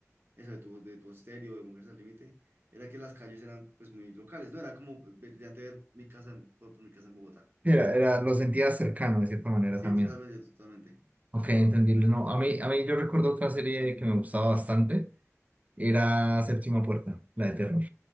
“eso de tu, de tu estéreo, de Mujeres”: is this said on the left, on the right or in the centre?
Right